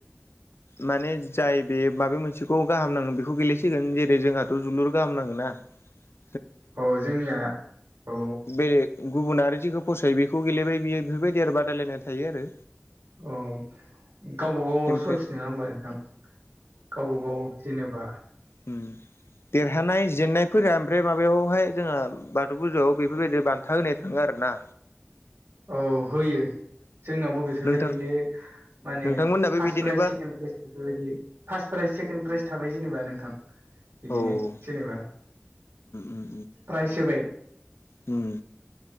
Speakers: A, on the left; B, on the right.
A: माने जाय बे माबे मोनसेखौ गाहाम नाङो बेखौ गेलेसिगोन जेरै जोंहाथ' जोलुर गाहाम नाङो ना <inaudible>
B: औ जोंनिया औ
A: बे गुबुन आरो जेखौ फसायो बेखौ गेलेबाय बियो बेफोरबायदि आरो बादायलायनाय थायो आरो
B: अ गावबा गाव
A: ओमफ्राय
B: सयस नङा होमबा नोंथां गावबागाव जेनेबा
A: उम देरहानाय जेननायफोरा ओमफ्राय माबायावहाय जोंहा बाथौ फुजायाव बेफोरबायदि बान्था होनाय दोंङो आरो ना
B: औ होयो जोंनावबो बेफोरबायदिनो
A: नोंथां
B: माने
A: नोंथांमोननाबो
B: फार्स्ट
A: बिदिनोबा
B: प्राइज सेकेण्ड प्राइज बेफोरबायदि फार्स्ट प्राइज सेकेणड प्राइज थाबाय जेनेबा नोंथां बिदिनो
A: औ उम
B: जेनेबा
A: उम
B: प्राइज होबाय
A: उम